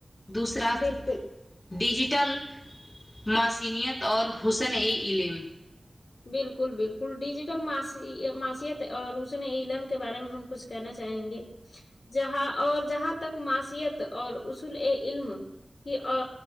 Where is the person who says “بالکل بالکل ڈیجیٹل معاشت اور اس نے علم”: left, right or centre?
Left